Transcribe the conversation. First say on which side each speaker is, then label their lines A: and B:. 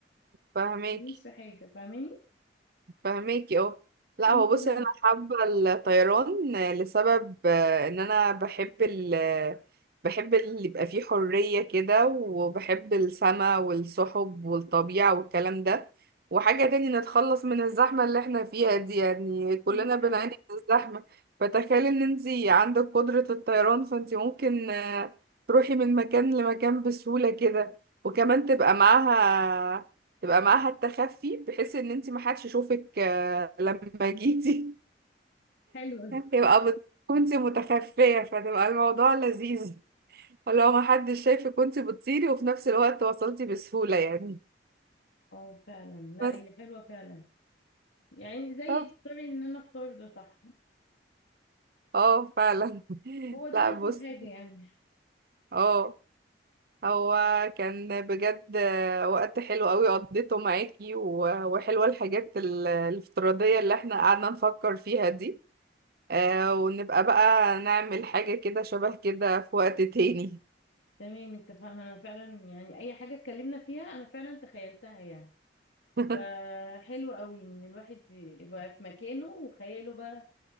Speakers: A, on the right; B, on the left.
A: فاهمك
B: مش في حاجه فاهماني
A: فهماكي اه لا
B: انتي
A: هو بصي
B: بقى
A: انا حابه الطيران لسبب آه، ان انا بحب ال بحب اللي يبقى فيه حريه كده وبحب السما والسحب والطبيعه والكلام ده وحاجه تاني نتخلص من الزحمه اللي احنا فيها دي يعني كلنا
B: عندك حق
A: بنعاني من الزحمه فتخيلي ان انتي عندك قدره الطيران فانتي ممكن آه، تروحي من مكان لمكان بسهوله كده وكمان تبقى معاها تبقى معاها التخفي بحيث ان انت ما حدش يشوفك آه، لما جيتي <laughs>
B: حلوة دي
A: يبقى بت... كنت متخفية فتبقى الموضوع لذيذ اللي هو ما حدش شايفك كنت بتطيري وفي نفس الوقت وصلتي بسهولة يعني
B: اه فعلا لا
A: بس
B: هي حلوة فعلا يعني زي
A: طب
B: تختاري ان انا اختار ده صح
A: اه فعلا <laughs>
B: هو ده
A: لا
B: انسب
A: بص
B: حاجة يعني
A: اه هو كان بجد آه، وقت حلو قوي قضيته معاكي و- وحلوة الحاجات ال- الافتراضية اللي احنا قعدنا نفكر فيها دي آه ونبقى بقى نعمل حاجة كده شبه كده في وقت تاني
B: تمام اتفقنا انا فعلا يعني اي حاجة اتكلمنا فيها انا فعلا تخيلتها يعني
A: <laughs>
B: فحلو قوي ان الواحد يبقى في مكانه وخياله بقى